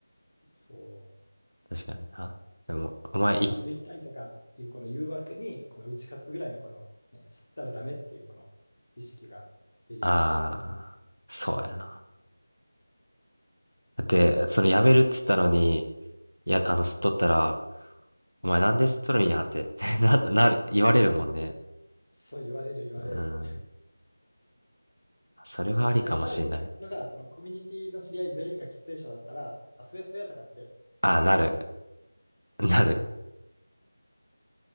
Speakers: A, on the left (about 45°); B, on the right (about 90°).
A: そう。
B: 確かにな。でも、お前、
A: なんかその吸いたいとかいうこの誘惑に、
B: い、
A: この打ち勝つぐらいのこの、ね、吸ったらダメっていうこの意識が出るように。
B: ああ、そうやな。だって、その辞めるっつったのに、いや、あの、吸っとったら、お前なんで吸っとるんやって <laughs> な、なる、言われるもんね。
A: そう言われる言われる。
B: うん。それはありかもしれない。
A: <laughs> あでもさらに難しいのが、そのコミュニティの知り合い全員が喫煙者だったら、あ、吸え吸えとかって、
B: あ、
A: なんか茶化して、
B: なる。<laughs> なる。